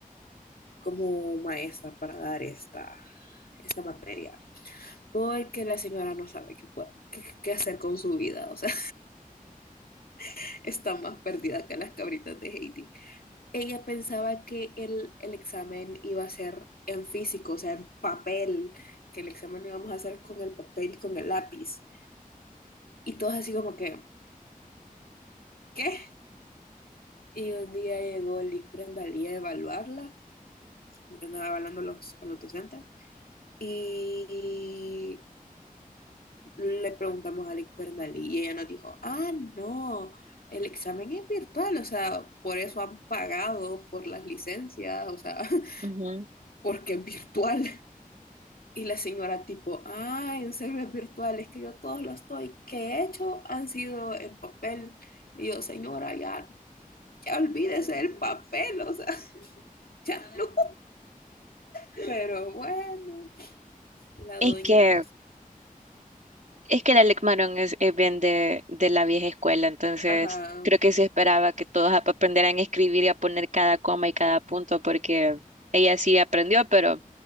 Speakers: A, on the left; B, on the right.
A: como maestra para dar esta, esta materia. Porque la señora no sabe qué, puede- qué, qué hacer con su vida. O sea, <laughs> está más perdida que las cabritas de Haití. Ella pensaba que el, el examen iba a ser en físico, o sea, en papel, que el examen lo íbamos a hacer con el papel, con el lápiz. Y todos así como que, ¿qué? Y un día llegó Lick Brendalí a evaluarla, porque andaba evaluando los, a los docentes, y le preguntamos a Lick Brendalí y ella nos dijo, ah, no, el examen es virtual, o sea, por eso han pagado por las licencias, o sea, <laughs>
B: Ujú.
A: porque es virtual. Y la señora tipo, ah, en server virtual, es que yo todos los estoy que he hecho han sido en papel. Y yo, señora, ya, ya olvídese del papel, o sea, <laughs> ya no. Pero bueno, la
B: Es
A: doña,
B: que Es que el Alec Maron es, es bien de, de la vieja escuela, entonces
A: ajá,
B: creo que se esperaba que todos ap- aprendieran a escribir y a poner cada coma y cada punto, porque ella sí aprendió, pero